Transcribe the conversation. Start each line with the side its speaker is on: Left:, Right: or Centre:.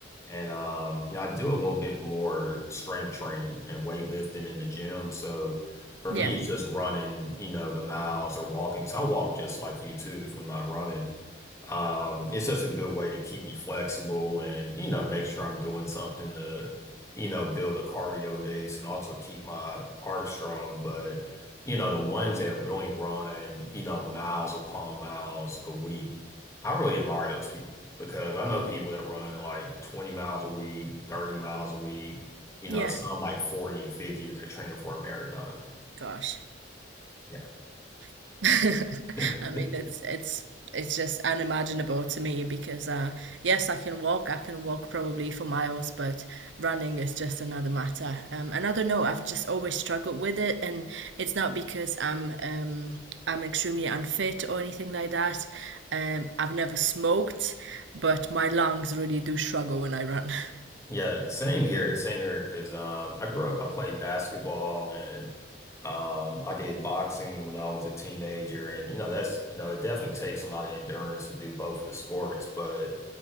Left: And um, you know, I do a little bit more strength training and weightlifting in the gym. So for
Right: Yeah,
Left: me, it's just running, you know, the miles or walking. So I walk just like you too if I'm not running. Um, it's just a good way to keep me flexible and, you know, make sure I'm doing something to, you know, build a cardio base and also keep my heart strong. But you know, the ones that really run, you know, miles upon miles a week. I really admire those people because I know people that run like 20 miles a week, 30 miles a week, you
Right: yeah.
Left: know, some like 40 and 50 if they're training for a marathon.
Right: Gosh.
Left: Yeah.
Right: <laughs>
Left: <laughs>
Right: I mean, it's it's it's just unimaginable to me because uh, yes, I can walk. I can walk probably for miles, but running is just another matter. Um, and I don't know. I've just always struggled with it, and it's not because I'm um, I'm extremely unfit or anything like that. Um, I've never smoked, but my lungs really do struggle when I run. <laughs>
Left: Yeah, same here, same here. Because um, I grew up, I played basketball and um, I did boxing when I was a teenager, and you know that's you know it definitely takes a lot of endurance to do both of the sports. But